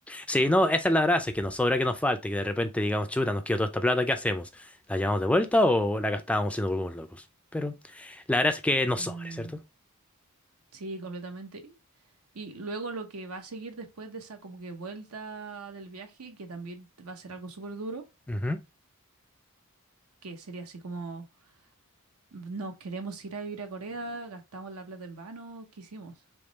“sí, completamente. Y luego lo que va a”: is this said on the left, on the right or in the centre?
Right